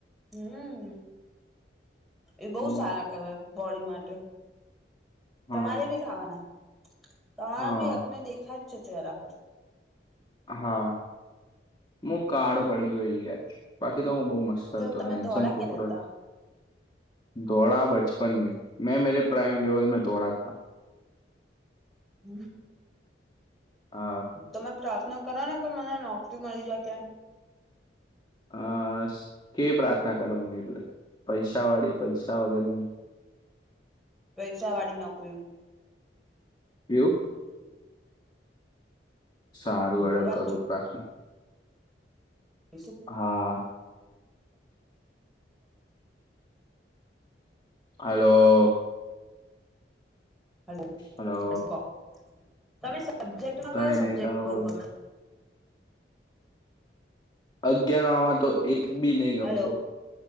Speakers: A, in the centre; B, on the left (about 25°).
A: હમ્મ એ બહુ
B: હમ
A: સારા કહેવાય બોડી માટે.
B: હા
A: તમારે ભી ખાવાના તમારે
B: હા
A: ભી એકને દેખા જ છે ચહેરા પર.
B: હા હું કાળો પડી ગયો યાર બાકી તો હું બહુ મસ્ત
A: તો
B: હતો
A: તમે
B: હૅન્ડસમ
A: ધોળા
B: છોકરો
A: ક્યારે હતા
B: ધોળા બચપન મે, મેં મેરે પ્રાઈમ લેવલ મે ધોળા થા.
A: હમ્મ
B: હા
A: તમે પ્રાર્થના કરો ને કે મને નોકરી મળી જાય કેમ.
B: અ કેવી પ્રાર્થના કરવાની એટલે પૈસા વાળી? પૈસા વગરની?
A: પૈસા વાળી નોકરી.
B: એવું? સારું હેડો
A: મળવા
B: કરું
A: જ
B: પ્રા
A: <unintelligible>
B: હા. હલો.
A: હલો
B: હલો
A: તમે શુ કો,? તમે સબ્જેક્ટમાં
B: કઈ
A: કયો સબ્જેક્ટ
B: નહી ત
A: બઉ
B: બોલો
A: ગમે?
B: અગિયાર વામાં તો એક બી નહી ગમતો
A: હલો